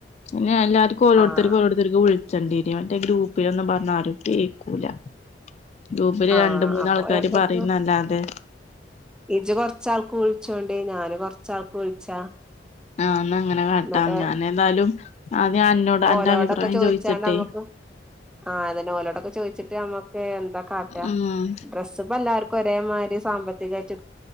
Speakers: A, on the left; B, in the centre.
A: പിന്നെ എല്ലാവർക്കും ഓരോരുത്തർക്ക്
B: ആഹ്
A: ഓരോരുത്തർക്ക് വിളിച്ച ചണ്ടീരിവന്റെ ഗ്രൂപ്പിലൊന്നന്ന് പറഞ്ഞാൽ ആരും കേക്കൂല ഗ്രൂപ്പില്
B: ആഹ
A: രണ്ട് മൂന്നാൾക്കാര്
B: അപ്പൊ അയാൾക്കാർക്ക്
A: പറയുന്നല്ലാതെ
B: ഇജ്ജ് കൊറച്ചാൾക്ക് വിളിച്ചോണ്ട് ഞാൻ കൊറച്ചാൾക്ക് വിളിച്ചാ
A: ആഹ എന്നാ അങ്ങനെ കാട്ടാം
B: എന്നിട്ട്
A: ഞാൻ ഏതായാലും ആദ്യം എന്നോട് അന്റെ
B: ഓലോടൊക്കെ
A: അഭിപ്രായം
B: ചോദിച്ചാണ്ട്
A: ചോയിച്ചിട്ടെ
B: നമ്മുക്ക് ആഹ് അതെ ഓലോടൊക്കെ ചോദിച്ചിട്ട്മ്മക്ക് എന്താ കാട്ട
A: ഉം
B: ഡ്രസ്സ് ഇപ്പ എല്ലാവർക്കും ഒരേമാതിരി സാമ്പത്തികമായിട്ട